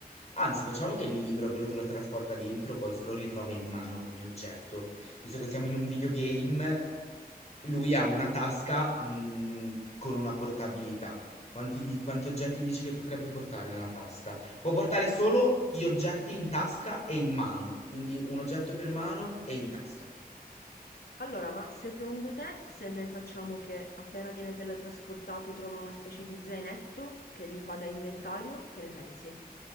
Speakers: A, on the left; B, on the left.
A: Anzi, facciamo che il libro che lo trasporta dentro poi se lo ritrova in mano come oggetto. Visto che siamo in un videogame, lui ha una tasca, mhmm, con una portabilità. Quanti di quanti oggetti dici che potrebbe portare nella tasca? Può portare solo gli oggetti in tasca e in mano, quindi 1 oggetto per mano e in tasca.
B: Allora, ma secondo te se noi facciamo che appena viene teletrasportato trova una specie di zainetto che gli fa da inventario, che ne pensi?